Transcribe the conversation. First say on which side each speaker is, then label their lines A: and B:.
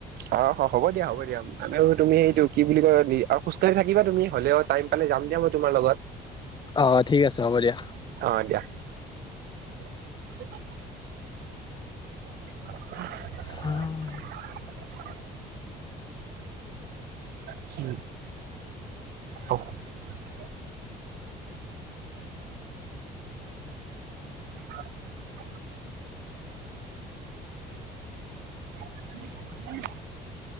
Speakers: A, on the right; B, on the left.
A: অ হ'ব দিয়া, হ'ব দিয়া, আৰু তুমি সেইটো, কি বুলি কয়, খোজকাঢ়ি থাকিবা তুমি হ'লেও টাইম পালে যাম দিয়া মই তোমাৰ লগত।
B: অঁ ঠিক আছে হ'ব দিয়া।
A: অ <inaudible> <unintelligible>
B: চাওঁ
A: কি অ <inaudible> হয় <unintelligible> উ।